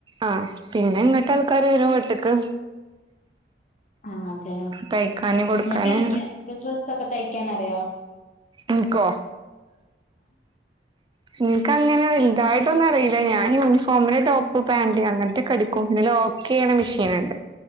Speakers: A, on the right (about 25°); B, on the left (about 45°).
A: ആഹ് പിന്നെ ഇങ്ങട്ടാൾക്കാര് വരും വീട്ട്ക്ക്
B: ആഹ് അതെയോ
A: തയ്ക്കാന് കൊടുക്കാന്
B: ഇങ്ങെക്കടിക്കാം ഡ്രസ്സൊക്കെ തയ്ക്കാനറിയോ
A: ഇൻക്കോ ഇൻക്കങ്ങനെ വെൽതായ്ട്ടൊന്നും അറീല ഞാൻ യൂണിഫോമിന്റെ ടോപ്പ് പാന്റ് അങ്ങെൻത്തെക്കെ അടി ക്കും പിന്നെ ലോക്കെയ്യ്ണ മിഷീന്ണ്ട്